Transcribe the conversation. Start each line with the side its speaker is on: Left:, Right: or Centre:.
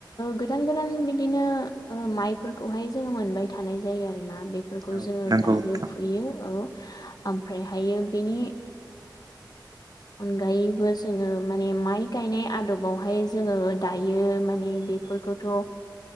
Left: गोदान गोदान बिदिनो माइफोरखौहाय जोंङो मोनबाय थानाय जायो आरोना बे फोरफोरखौ
Right: औ
Left: जोंङो
Right: नंगौ
Left: गायो
Right: नोंथां
Left: फुयो औ ओमफ्रायहायो बिनि अनगायैबो जोंङो माने माइ गायनाय आदबावहाय जोंङो दायो माने बेफोरखौथ